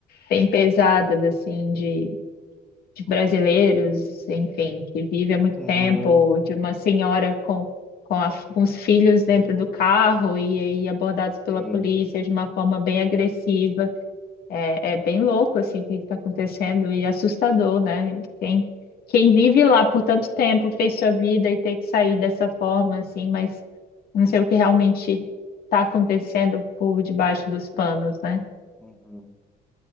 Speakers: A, on the left; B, in the centre.
A: bem pesadas, assim, de, de brasileiros, enfim, que vivem há muito
B: Uhum,
A: tempo, ou de uma senhora com, com, a- com os filhos dentro do carro e aí abordados pela
B: sim.
A: polícia de uma forma bem agressiva. É, é bem louco assim o que está acontecendo e assustador, né? Quem, quem vive lá por tanto tempo, fez sua vida e tem que sair dessa forma assim, mas não sei o que realmente está acontecendo por debaixo dos panos, né?
B: Uhum.